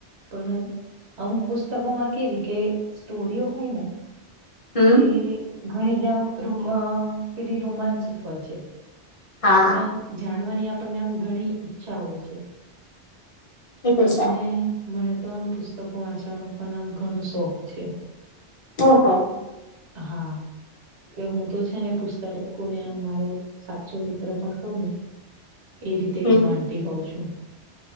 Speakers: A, on the right; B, on the left.
A: પણ અમુક પુસ્તકોમાં કેવી કે સ્ટોરીઓ હોય ને
B: હમ
A: એ ઘણી જામ ર પેલી રોમાંચિત હોય છે.
B: હા
A: તમે આમ જાણવાની આપણને આમ ઘણી ઈચ્છા હોય છે.
B: એ તો સા
A: અને મને તો આમ પુસ્તકો વાંચવાનું પણ આમ ઘણો શોખ છે
B: ઓહો
A: હા એ હું તો છે ને પુસ્તક કોને મારો સાચું મિત્ર પણ કઉને એ રીતે
B: હમ
A: જ માનતી હોઉ છું